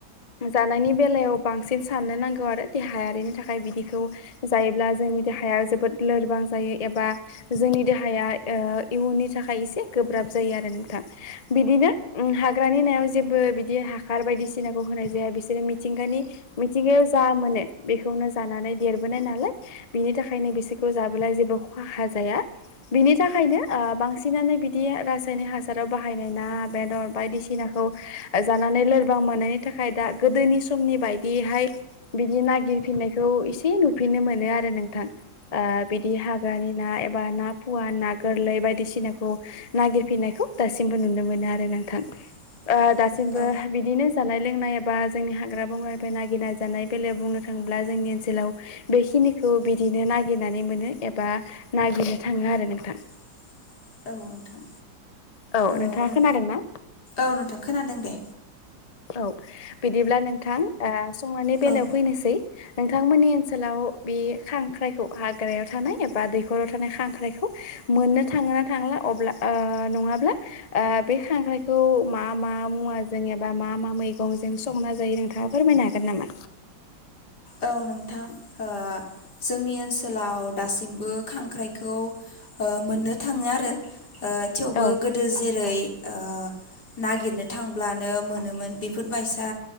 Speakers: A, on the left (about 30°); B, on the left (about 55°).
A: जानायनि बेलायाव बांसिन साननो नांगौ आरो देहायारिनि थाखाय बिदिखौ जायोब्ला जोंनि देहाया जोबोद लोरबां। जायो एबा जोंनि देहाया ओ इयुननि थाखाय एसे गोब्राब जायो आरो नोंथां। बिदिनो उ हाग्रानि नायाव जेबो बिदि हासार बायदिसिनाखौ होनाय जाया बिसोरो मिथिंगानि मिथिंगायाव जा मोनो बेखौनो जानानै देरबोनाय नालाय बिनि थाखायनो बिसोरखौ जाबोला जे जेबो खहा जाया। बिनि थाखायनो ओ बांसिनानो बिदि रासायनिक हासाराव बाहायनाय ना बेदर बायदिसिनाखौ खौ जानानै लोरबां मोनोयनि थाखाय दा गोदोनि समनि बाय एसार बिदि नागिरफिननायखौ एसे नुफिननो मोनो आरो नोंथां। ओ बिदि हाग्रानि ना एब बा ना पुवा ना गोरलै बायदिसिनाखौ नागिरफिनायखौ दासिमबो नुनो मोनो आरो नोंथां।
B: <unintelligible>
A: ओ दासिमबो
B: औ
A: बिदिनो जानाय लोंनाय एबा जोंनि हाग्रा बंग्रा फ्राय नागिरना जानाय बेलायाव बुंनो थाङोब्ला जोंनि ओनसोलाव बेखिनिखौ बिदिनो नागिरनानै मोनो एबा नागिरनो थाङो आरो नोंथां।
B: <unintelligible> औ नोंथां
A: औ
B: ओ
A: नोंथाङा
B: नों
A: खोनादों ना
B: औ नोंथां खोनादों दे।
A: औ बिदिब्ला नोंथां ओ संनायनि बेलायाव
B: औ
A: फैनोसै। नोंथांमोननि ओनसोलाव बे खांख्राइखौ हाग्रायाव थानाय एबा दैखराव थानाय खांख्राइखौ मोननो थांओना थांला अब्ला ओ नङाब्ला बे खांख्रायखौ मा मा मुाजों एबा मा मा मैगंजों संना जायो नोंथाङा फोरमायनो हागोन नामा
B: औ नोंथां ओ जोंनि ओनसोलाव दासिमबो खांख्राइखौ ओ मोननो थाङो आरो ओ थेवबो
A: औ
B: गोदो जेरै ओ नागिरनो थांब्लानो मोनोमोन बेफोरबायसा